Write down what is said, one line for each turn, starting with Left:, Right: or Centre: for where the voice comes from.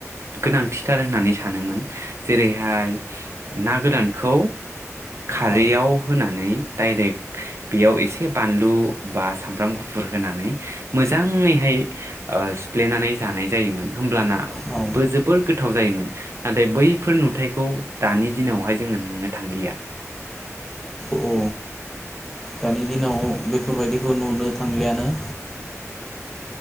Right: गोनांथिथार होननानै सानोमोन जेरैहाय ना गोरानखौ खारैयाव
Centre: औ
Right: होनानै डाइरेक्ट बेयाव एसे बानलु बा सामब्राम गुफुर होनानै मोजाङैहाय सिफ्लेनानै जानाय जायोमोन होमब्लाना
Centre: औ
Right: बो जोबोर गोथाव जायोमोन नाथाय बैफोर नुथायखौ दानि दिनावहाय जोङो नुनो थांलिया
Centre: औ दानि दिनाव बेफोरबायदिखौ नुनो थांलियानो